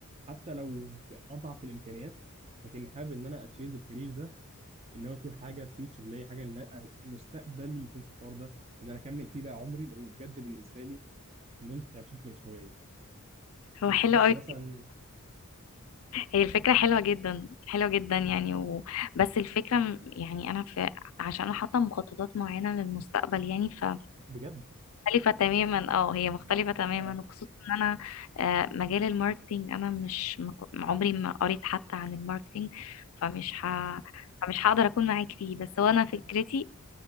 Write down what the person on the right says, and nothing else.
حتى لو باضعف الامكانيات لكن حابب ان انا اتشيز الكارير ده ان هو يكون حاجه فيوتشر ليا حاجه ان أنا مستقبلي يكون في الحوار ده ان انا اكمل فيه بقى عمري لانه بجد بالنسبه لي ممتع بشكل مش طبيعي
انت
حاسه
مثلا
بجد
اه